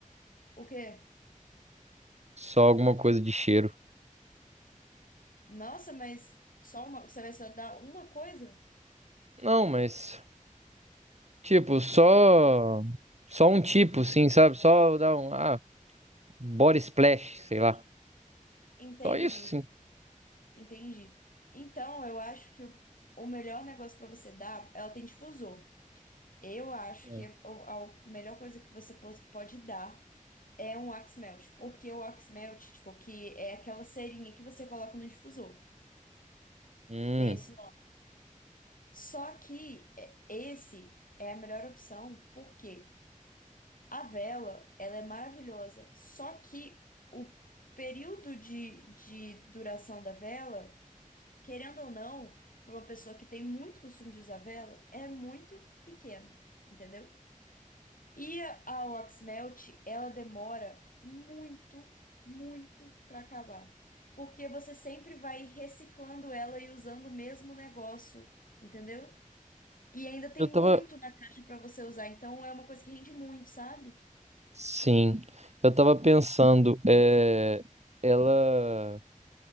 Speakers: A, on the left; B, on the right.
A: O quê?
B: Só alguma coisa de cheiro.
A: Nossa, mas só uma, você vai só dar uma coisa?
B: Não, mas, tipo, só. Só um tipo, sim, sabe? Só dar um. Ah, Body Splash, sei lá.
A: Entendi,
B: Só isso, sim.
A: entendi. Então, eu acho que o, o melhor negócio pra você dar, ela tem difusor. Eu acho
B: É.
A: que a, a melhor coisa que você pos- pode dar é um wax melt, porque o wax melt, tipo, que é aquela cerinha que você coloca no difusor.
B: Hum,
A: Tem esse nome. Só que é, esse é a melhor opção, porque a vela, ela é maravilhosa, só que o período de, de duração da vela, querendo ou não, para uma pessoa que tem muito costume de usar vela, é muito pequeno, entendeu? E a Waxmelt, ela demora muito, muito para acabar. Porque você sempre vai reciclando ela e usando o mesmo negócio, entendeu? E ainda tem
B: eu tava.
A: muito na caixa para você usar, então é uma coisa que rende muito, sabe?
B: Sim, eu tava pensando, é, ela,